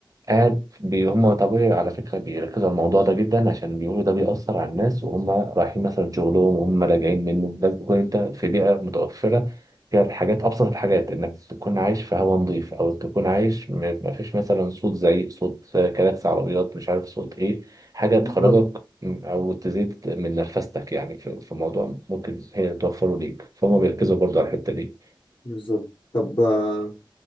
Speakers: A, on the right; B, on the left.
A: قاعد بي هم طبيعي على فكرة بيركزوا على الموضوع ده جدا عشان بيقولوا ده بيأثر على الناس وهم رايحين مثلا شغلهم وهم راجعين منه لازم تكون انت في بيئة متوفرة فيها الحاجات أبسط الحاجات إنك تكون عايش في هواء نظيف أو تكون عايش م- مفيش مثلا صوت زعيق صوت كلاكس عربيات مش عارف صوت إيه حاجة تخرجك
B: بالظبط
A: م- أو تزيد من نرفستك يعني في في موضوع ممكن هي توفره ليك فهم بيركزوا برضو على الحتة دي.
B: بالظبط طب آه،